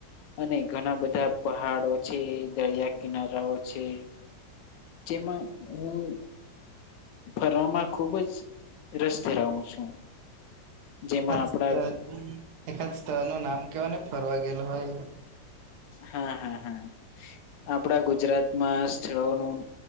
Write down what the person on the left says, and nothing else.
અને ઘણા બધા પહાડો છે દરિયા કિનારાઓ છે જેમાં હું ફરવામાં ખુબ જ રસ ધરાવું છું. જેમાં
આપડા
હા હા હા આપડા ગુજરાતમાં સ્થળોનું